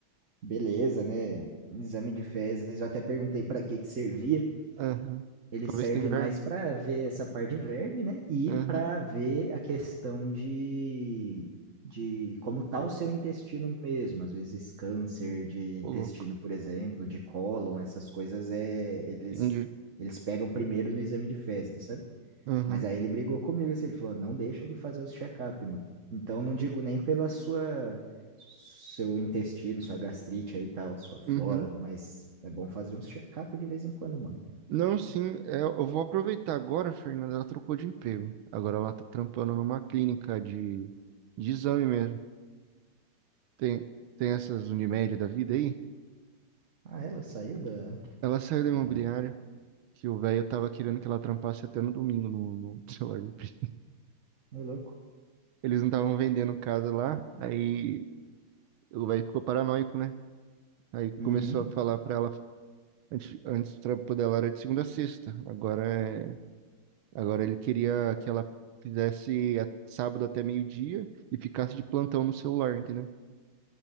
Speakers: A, on the right; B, on the right.
A: beleza, né? Exame de fezes. Eu até perguntei pra que que servia.
B: Aham.
A: ele
B: Talvez
A: serve
B: tem verme.
A: mais para ver essa parte de verme, né? E
B: Aham.
A: para ver a questão de, de como tá o seu intestino mesmo. Às vezes câncer de intestino,
B: Ô, louco.
A: por exemplo, de cólon, essas coisas é eles
B: Entendi.
A: eles pegam primeiro no exame de fezes, sabe?
B: Aham.
A: Mas aí ele brigou comigo assim, ele falou: "Não deixa ele fazer os check-up, mano". Então não digo nem pela sua seu intestino, sua gastrite aí e tal, sua flora,
B: Uhum.
A: mas é bom fazer uns check-up de vez em quando, mano.
B: Não, sim, é, eu vou aproveitar agora, Fernanda, ela trocou de emprego. Agora ela tá trampando numa clínica de, de exame mesmo. Tem, tem essas Unimed da vida aí?
A: Ah, ela saiu da,
B: Ela saiu da
A: Da...
B: imobiliária, que o velho tava querendo que ela trampasse até no domingo no, no <laughs> celular. da
A: Ô, louco.
B: Eles não estavam vendendo casa lá, aí o velho ficou paranoico, né? Aí
A: Uhum.
B: começou a falar pra ela Antes, antes o trampo dela era de segunda a sexta. Agora, é, agora ele queria que ela fizesse a- sábado até meio-dia e ficasse de plantão no celular, entendeu?